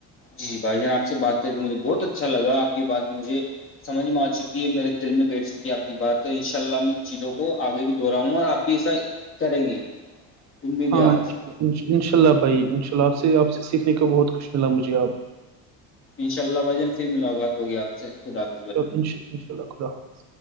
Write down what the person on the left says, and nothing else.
جی بھائی جان آپ سے بات کر کے مجھے بہت اچھا لگا آپ کی بات مجھے سمجھ میں آ چکی ہے میرے دل میں بیٹھ چکی آپ کی بات ان شاء اللہ میں ان چیزوں کو آگے بھی دہرا ہوں اور آپ پیسا کریں گے امید
ہے آپ سے
انشاء اللہ بھائی جان پھر ملاقات ہوگی آپ سے خ آپ